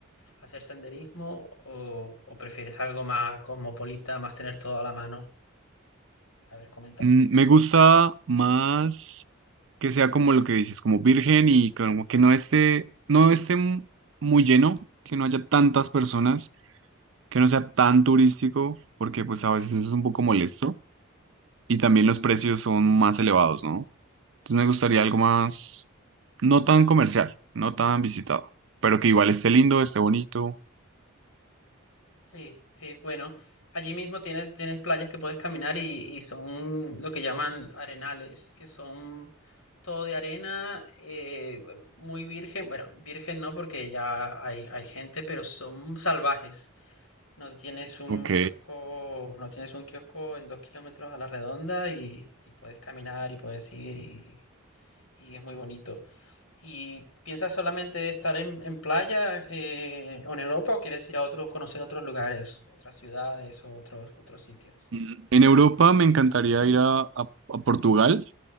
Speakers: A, on the left (about 85°); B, on the right (about 65°).
A: hacer senderismo o, o prefieres algo más cosmopolita, más tener todo a la mano. A ver, coméntame.
B: Mm, Me gusta más que sea como lo que dices, como virgen y como que no esté, no esté m- muy lleno, que no haya tantas personas, que no sea tan turístico, porque pues a veces eso es un poco molesto. y también los precios son más elevados, ¿no? Entonces me gustaría algo más, no tan comercial, no tan visitado, pero que igual esté lindo, esté bonito.
A: Sí, sí, bueno, allí mismo tienes, tienes playas que puedes caminar y, y son lo que llaman arenales, que son todo de arena, eh, muy virgen, bueno, virgen no porque ya hay, hay gente, pero son salvajes. No tienes un
B: Ok.
A: kiosco, no tienes un kiosco en dos kilómetros a la redonda y, y puedes caminar y puedes ir y es muy bonito. ¿Y piensas solamente estar en, en playa eh, o en Europa o quieres ir a otro, conocer otros lugares, otras ciudades o otros, otros sitios?
B: Mm, En Europa me encantaría ir a, a- a Portugal,